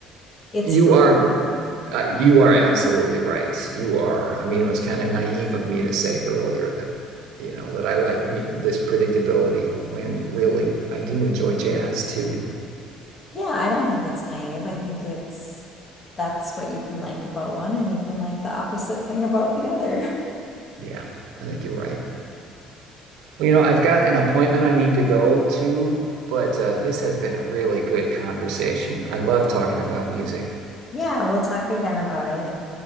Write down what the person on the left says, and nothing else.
it's
Yeah, I don't think it's naive. I think it's that's what you can like about one and you can like the opposite thing about the other. <laughs>
Yeah, we'll talk again about it.